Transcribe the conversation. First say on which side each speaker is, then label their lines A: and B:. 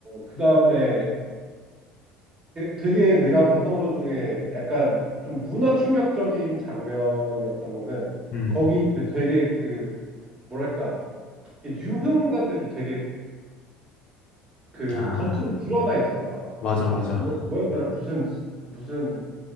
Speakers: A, on the right; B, on the left.
A: 그 다음에 되게 내가 봤던 것 중에 약간 좀 문화 충격적인 장면이었던 거는
B: 음.
A: 거기 이제 되게 그 뭐랄까 유흥가들이 되게 그
B: 아,
A: 겉으로 드러나 있잖아
B: 맞아, 맞아.
A: 뭐, 뭐였더라 무슨 무슨